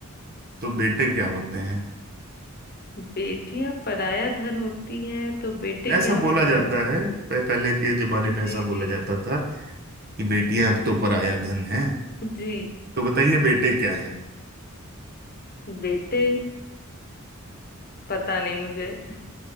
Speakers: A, on the right; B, on the left.
A: तो बेटे क्या होते हैं
B: बेटियां पराया धन होती हैं तो बेटे
A: ऐसा
B: क्या होते
A: बोला जाता
B: हैं
A: है पह- पहले के जमाने में
B: जी
A: ऐसा बोला
B: जी
A: जाता था कि बेटियां अब तो पराया धन है
B: जी
A: तो बताइए बेटे क्या
B: बेटे पता नहीं मुझे